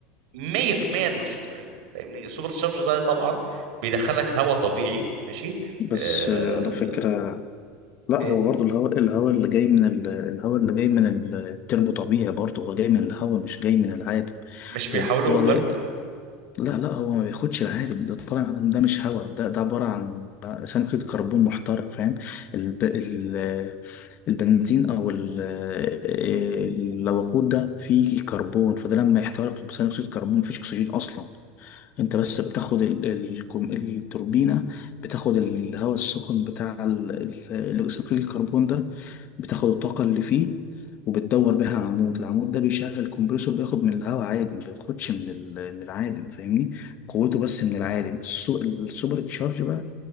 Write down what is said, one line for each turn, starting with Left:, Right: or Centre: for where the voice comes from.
Right: 100% انه صوته حلو فاهمني السوبر تشارج ده طبعا بيدخلك هواء طبيعي ماشي
Left: بس
Right: آه،
Left: آه، على فكرة لا
Right: إيه؟
Left: هو برضو الهواء الهواء اللي جاي من ال- الهواء اللي جاي من ال- التربو طبيعي برضو هو جاي من الهواء مش جاي من العادم
Right: مش بيحاولوا
Left: هي القوة
Right: برد
Left: جاي لا لا هو ما بياخدش العادم اللي طالع من العادم ده مش هواء ده ده عبارة عن ثاني كربون محترق فاهم الب... ال... البنزين او ال- الوقود ده فيه كربون فده لما يحترق بثاني اكسيد كربون مفيش اكسجين اصلا انت بس بتاخد ال- ال- الكم- التوربينة بتاخد الهواء السخن بتاع ال- ال- ثاني اكسيد الكربون ده بتاخد الطاقة اللي فيه وبتدور بيها عمود العمود ده بيشغل كومبريسور بياخد من الهواء عادي ما بياخدش من ال- من العادم فاهمني قوته بس من العادم السو- السوبر تشارج بقى